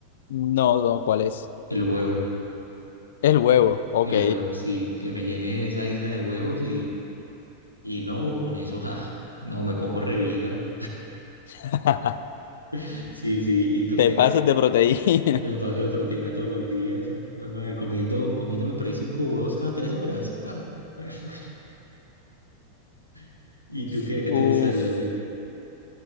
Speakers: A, on the left; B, on the left.
A: No, no, ¿cuál es?
B: El huevo.
A: El huevo, ok.
B: El huevo, sí, que me llene esa isla de huevos y, y no, con eso, <laughs> ja, no, me pongo reviga.
A: <laughs>
B: <laughs> Sí, sí, ¿y tú
A: Te
B: qué?
A: pasas de proteína.
B: Me paso de proteína todos los días, eh. Bueno, madre, comiendo, comiéndome por ahí cinco huevos cada tres horas. ah, jue- <laughs> ¿Y tú
A: <laughs>
B: qué? ¿Qué te gustaría
A: Uf,
B: o qué?